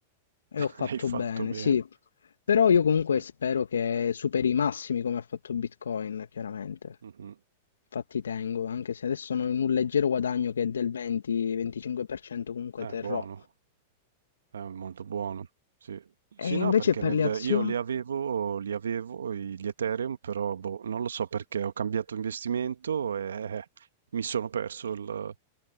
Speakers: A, on the left; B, on the right.
A: e
B: <laughs>
A: ho fatto
B: hai fatto
A: bene,
B: bene.
A: sì. Però io comunque
B: Sì.
A: spero che superi i massimi come ha fatto Bitcoin, chiaramente.
B: Mh-mh.
A: Infatti tengo, anche se adesso sono in un leggero guadagno che è del 20-25%, comunque
B: Eh,
A: terrò.
B: buono. È molto buono, sì. Sì,
A: E
B: no,
A: invece
B: perché
A: per
B: nel,
A: le azioni,
B: io li avevo, li avevo i- gli Ethereum, però boh, non lo so perché ho cambiato investimento e eh, mi sono perso il-